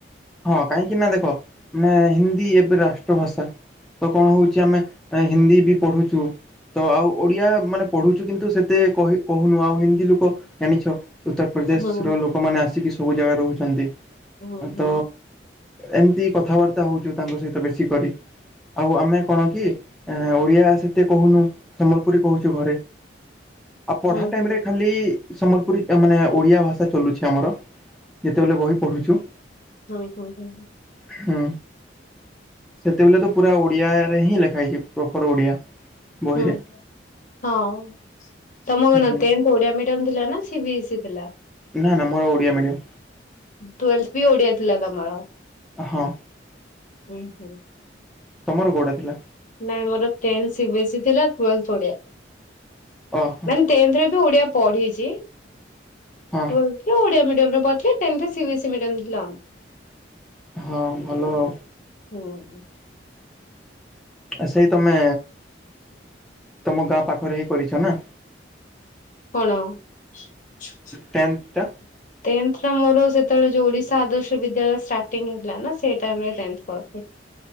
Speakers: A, in the centre; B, on the left (about 45°).
A: ହଁ କାହିଁକି ନା ଦେଖ ମାନେ ହିନ୍ଦୀ ଏବେ ରାଷ୍ଟ୍ର ଭାଷା ତ କଣ ହଉଛି ଆମେ ହିନ୍ଦୀ ବି ପଢୁଛୁ ତ ଆଉ ଓଡିଆ ମାନେ ପଢୁଛୁ କିନ୍ତୁ ସେତେ କହୁନୁ ଆଉ ହିନ୍ଦୀ ଲୋକ ଜାଣିଛ ଉତ୍ତରପ୍ରଦେଶର
B: ହୁଁ
A: ଲୋକମାନେ ଆସିକି ସବୁ ଜାଗାରେ ରହୁଛନ୍ତି
B: ହୁ ହୋଁ
A: ତ ଏମିତି କଥାବାର୍ତ୍ତା ହଉଛୁ ତାଙ୍କ ସହିତ ବେଶୀ କରି ଆଉ ଆମେ କଣ କି ଓଡିଆ ସେତେ କହୁନୁ ସମ୍ବଲପୁରୀ କହୁଛୁ ଘରେ ଆଉ ପଢ଼ା
B: ହୁଁ
A: ଟାଇମ
B: ହୁଁ
A: ରେ ଖାଲି ସମ୍ବଲପୁରୀ ମାନେ ଓଡିଆ ଭାଷା ଚଲୁଛି ଆମର ଯେତେବେଳେ ବହି ପଢୁଛୁ
B: <inaudible>
A: ହଁ ସେତେବେଳେ ତ ପୁରା ଓଡ଼ିଆରେ ହିଁ ଲେଖା ହେଇଛି ପ୍ରପର ଓଡ଼ିଆ ବହିରେ।
B: ହୁଁ ହଁ <unintelligible>
A: ହୁଁ
B: ଓଡିଆ ମିଡିମ ଥିଲା ନା ସିବିଏସ୍ଇ ଥିଲା
A: ନା ନା ମୋର ଓଡିଆ ମିଡିୟମ
B: ଟୁଏଲଥ ବି ଓଡିଆ ଥିଲା ତମର
A: ହଁ।
B: ଉଁ -ହୁଁ।
A: ତମର କଉଟା ଥିଲା?
B: ନାଇଁ ମୋର ଟେନ୍ଥ୍ ସିବିଏସ୍ଇ ଥିଲା ଟ୍ୱେଲ୍ଥ୍ ଓଡିଆ।
A: ଓହୋ।
B: ଟେନ୍ଥ୍ ରେ ବି ଓଡିଆ ପଢିଚି ଟ୍ୱେଲ୍
A: ହଁ।
B: ଥିଲା ଓଡିଆ ମିଡିୟମରେ ପଢିଥିଲି ଟେନ୍ଥ୍ ରେ ସିବିଏସି ମିଡିୟମ ଥିଲା ଆଉ।
A: ହଁ ଭଲ ଆଉ।
B: ହୁଁ।
A: ସେଇ ତମେ ତମ ଗାଁ ପାଖରେ ହେଇ କରିଚ ନା?
B: କଣ? ଟେନ୍ଥ୍
A: ଟେନ୍ଥ ଟା
B: ଟା ମୋର ସେତେବେଳେ ଯଉ ଓଡିଶା ଆଦର୍ଶ ବିଦ୍ୟାଳୟ ଷ୍ଟାଟିଙ୍ଗ୍ ହେଇଥିଲା ନା ସେ ଟାଇମ୍ ରେ ଟେନ୍ଥ୍ ପଢିଥିଲି।